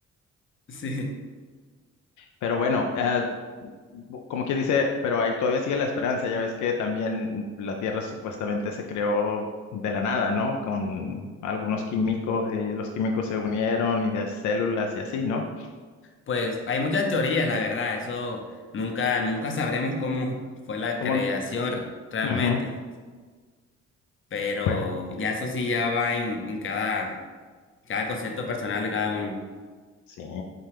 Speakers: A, on the left; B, on the left.
A: Sí.
B: Pero bueno, eh, bu- como quien dice, pero ahí todavía sigue la esperanza, ya ves que también la Tierra supuestamente se creó de la nada, ¿no? Con algunos químicos y ahí los químicos se unieron y de células y así, ¿no?
A: Pues hay muchas teorías, la verdad, eso nunca, nunca sabremos cómo fue la
B: Como,
A: creación
B: en-
A: re- realmente.
B: Ujú,
A: Pero
B: pues
A: ya eso sí ya va en, en cada, cada concepto personal de cada uno.
B: sí.